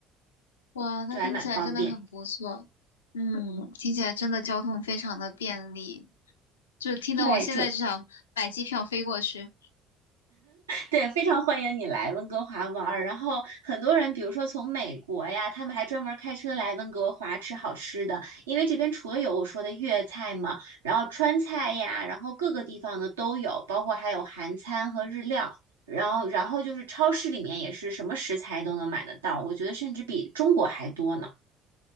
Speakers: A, on the left; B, on the right.
A: 哇，那听起来真的很不错。
B: 就还蛮方便。
A: 嗯，听起来真的交通非常的便利，就听得我现在就想买机票飞过去。
B: 对，这对，非常欢迎你来温哥华玩儿。然后很多人，比如说从美国呀，他们还专门开车来温哥华吃好吃的，因为这边除了有我说的粤菜嘛，然后川菜呀，然后各个地方的都有，包括还有韩餐和日料。然后，然后就是超市里面也是什么食材都能买得到，我觉得甚至比中国还多呢。